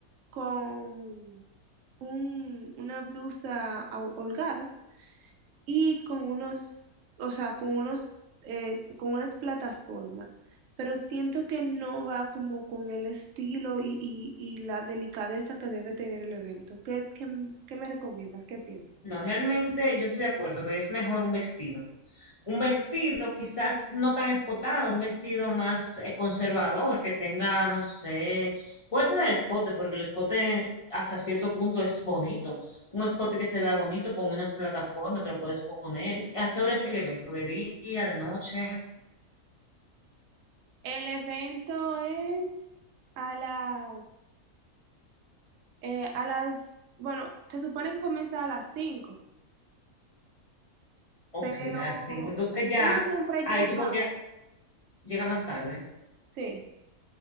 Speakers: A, on the right; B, on the left.
A: con un- una blusa hol- holgada. y con unos, o sea, con unos, eh, con unas plataformas, pero siento que no va como con el estilo y, y, y la delicadeza que debe tener el evento. ¿Qué, qué, qué me recomiendas? ¿Qué piensas?
B: No, realmente yo estoy de acuerdo que es mejor un vestido. un vestido quizás no tan escotado, un vestido más eh, conservador que tenga, no sé, puede tener escote porque el escote hasta cierto punto es bonito. Un escote que se vea bonito con unas plataformas, te lo puedes poner. ¿A qué hora es el evento? ¿De día, de noche?
A: El evento es a las, eh, a las, bueno, se supone que comienza a las cinco
B: Ok,
A: pero
B: a las cinco Entonces ya,
A: uno siempre
B: ahí
A: llega,
B: tú podrías, llega más tarde.
A: sí.